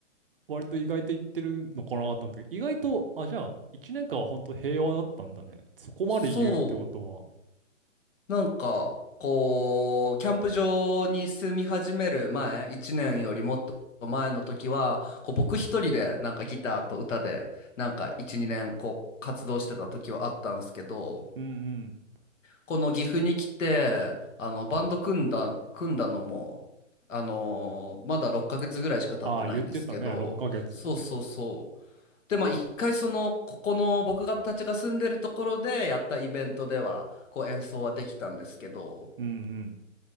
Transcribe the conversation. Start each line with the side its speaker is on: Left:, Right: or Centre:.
Right: 割と意外と言ってるのかなと思ったけど、意外と、あ、じゃあ、1年間は本当平和だったんだね。そこまで言うってことは。
Left: そうなんか、こう、キャンプ場に住み始める前、1年よりもっと前の時は、こう僕一人でなんかギターと歌で、なんか1、2年こう活動してた時はあったんですけど、
Right: うんうん。
Left: この岐阜に来て、あの、バンド組んだ、組んだのも、あのーまだ6ヶ月ぐらいしか経ってないんですけど、
Right: ああ、言ってたね、6ヶ月って。
Left: そうそうそう。で、まあ一回その、ここの僕がたちが住んでるところでやったイベントでは、こう演奏はできたんですけど、
Right: うんうん。